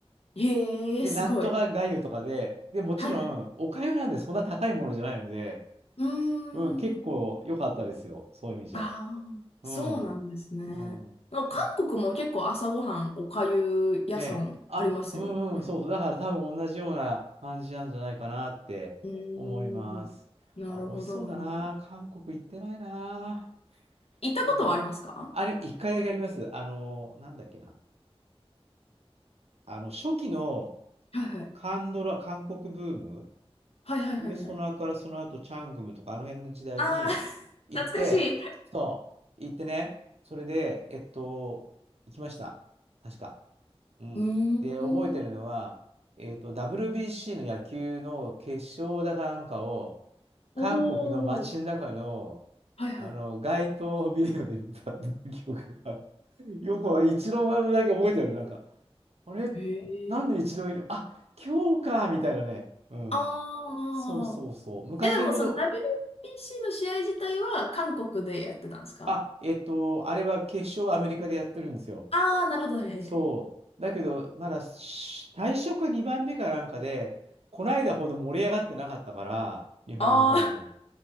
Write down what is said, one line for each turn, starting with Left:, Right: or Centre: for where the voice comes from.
Left: へえ、
Right: で、
Left: すごい。
Right: なんとか粥とかで、で、もちろん、
Left: はいはい。
Right: お粥なんでそんな高いものじゃないので、
Left: うー
Right: うん、結構良かったですよ、
Left: ん。
Right: そういう意味じゃ。
Left: ああ、そうなんですね。
Right: うん、うん。
Left: なんか韓国も結構朝ごはん、
Right: そう
Left: おかゆ屋さんありますよ。
Right: ねえ。あ、うんうん、
Left: うん。
Right: そうそう。だから多分同じような感じなんじゃないかなって思います。
Left: うーん。なるほど、
Right: あ、美味しそうだな。
Left: なるほど。
Right: 韓国行ってないな。
Left: 行ったことはありますか
Right: こんあれ、一回だけあります。あの、なんだっけな。あの、初期の
Left: はいはい。
Right: 韓ドラ、韓国ブーム、
Left: はいはいはいはい。
Right: 冬ソナからその後、チャングムとか、あの辺の時代に行って、
Left: ああ、<laughs> 懐かしい。
Right: そう、行ってね、それで、えっと、行きました。確か。うん。
Left: うーん。
Right: で、覚えてるのは、えっと、WBC の野球の決勝だかなんかを、韓国の街の中の、
Left: おー。はいはい。
Right: あの、街頭ビデオで見たっていう記憶が、<laughs> よく一郎だけ覚えてるの、なんか、あれ、
Left: へ
Right: なんで一郎いるあ、
Left: え。
Right: 今日か、みたいなね。うん。
Left: ああ。
Right: そうそうそう。昔ほど、
Left: え、でもその WBC の試合自体は韓国でやってたんですか
Right: あ、えっと、あれは決勝アメリカでやってるんですよ。
Left: ああー、なるほど。はいはいはい。
Right: そう。だけど、まだし最初か2番目かなんかで、こないだほど盛り上がってなかったから、日本の方も。
Left: あ